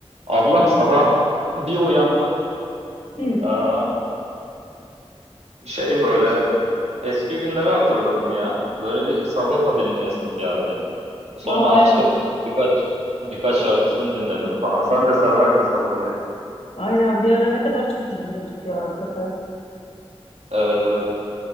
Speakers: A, on the right; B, on the left.
A: Ablam sabah bir uyandım.
B: Hı.
A: Ee, şey böyle eski günleri hatırladım ya. Böyle bir Sagopa dinleyesim geldi. Sonra
B: Aa
A: açtım
B: evet.
A: birkaç birkaç şarkısını dinledim falan. Sen de severdin Sagopa'yı.
B: Aynen bir ara ne kadar çok dinliyorduk ya hakikaten.
A: Evet evet.